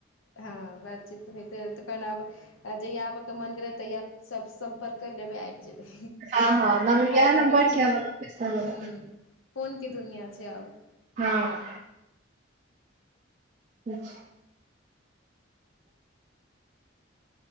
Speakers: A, on the left; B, on the right.
A: हाँ बातचीत तऽ होइते रहल तऽ तखन आब आ जहिया आबऽ के मन भेलै तहिया सब सम्पर्क कर लेबै आबि जेबै
B: हँ हँ नम इएह
A: आइ काल्हि
B: नम्बर
A: के दुनियाँ
B: छै हमर
A: ह्म फोन के दुनियाँ छै आब
B: हाँ अच्छा